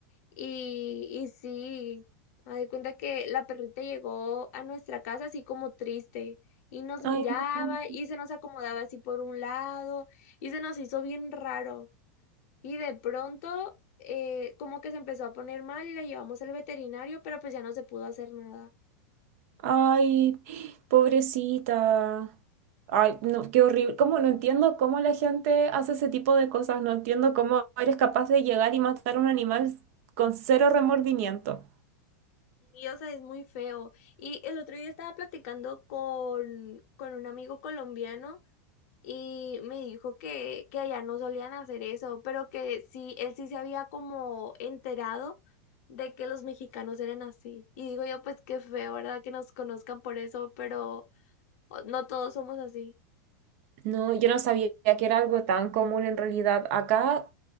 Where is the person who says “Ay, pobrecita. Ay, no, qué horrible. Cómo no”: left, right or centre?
Right